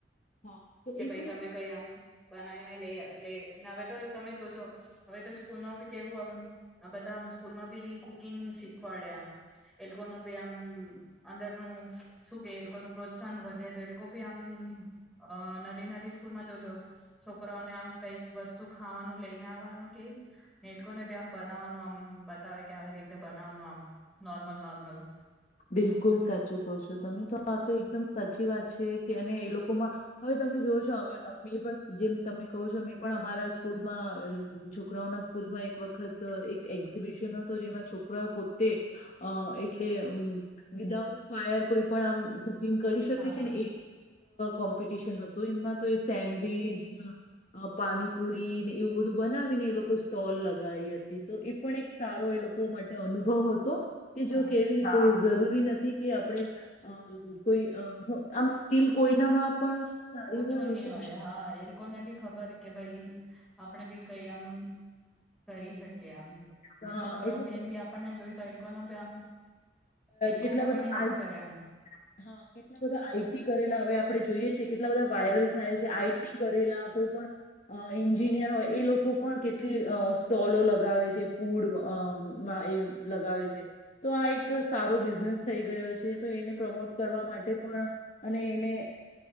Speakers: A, on the left; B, in the centre.
A: હા તો
B: કે
A: એ
B: ભાઈ
A: પણ
B: તમે
A: એક
B: કઈ આમ બનાવીને લ લે ના તો તમે જોજો હવે તો સ્કૂલ ન બી કેવું બધ સ્કૂલમાં બી કુકિંગ શી ફડ્યા એ લોકો ન બી આમ અંદર ન શું કે એ લોકો ન પ્રોત્સાહન વ તો એલકો ભી હમ અ નલી નલી સ્કૂલ માં જોજો છોકરાને આમ કઈક વસ્તુ ખાવાનું લઈને આવવાનું કે નેલકોને બી આમ બનાવવાનું આમ બતાવે કે આવી રીતે બનાવવાનું આમ નોર્મલ નોર્મલ
A: બિલકુલ સાચું કહો છો તમે તો આ તો એકદમ સાચી વાત છે કે અને એ લોકોમાં હવે તમે જોઓ છો અ પણ જેમ તમે કહો છો મેં પણ અમારા સ્કૂલમાં છોકરાઓના સ્કૂલમાં એક વખત એક એક્ઝિબિશન હતો જેમાં છોકરાઓ પોતે અ એટલે વિદાઉટ ફાયર કોઈ પણ આમ કરી શકે
B: હા
A: છે ને કોમ્પિટશન તો એમાં તો એ સેન્ડવીચ પાણીપુરીને એવું બધું બનાવીને એ લોકોએ સ્ટોલ લગાવી હતી તો એ પણ એક સારો એ લોકો માટે અનુભવ હતો કે
B: હા
A: જો કે કેવી રીતે જરૂરી નથી કે આપડે અ કોઈ આમ સ્કીલ કોઈના પણ સારી
B: ઓછું નહી
A: તો
B: હોય હા એ લોકોને બી ખબર કે ભાઈ આપણે ભી કઈ આમ કરી શકીએ આમ ને
A: હા
B: છોકરાઓ
A: એટલે
B: બી એમ બી આપણને જોય તો એ લોકો ન બી આમ એ લોકો
A: કેટલા
B: બી આપણને
A: બધા
B: હેલ્પ
A: આ
B: કરે એમ
A: કેટલા બધા આઈટી કરેલા હવે આપે જો કેટલા બધા વાયરલ થાય છે આઈ કરેલા કોઈ પણ એન્જિનિયર હોય એ લોકો પણ કેટલી સ્ટોલો લગાવે છે ફૂડમાં એ લગાવે છે તો આ એક સારો બિઝનેસ થઈ ગયો છે તો એને પ્રમોટ કરવા માટે પણ અને એને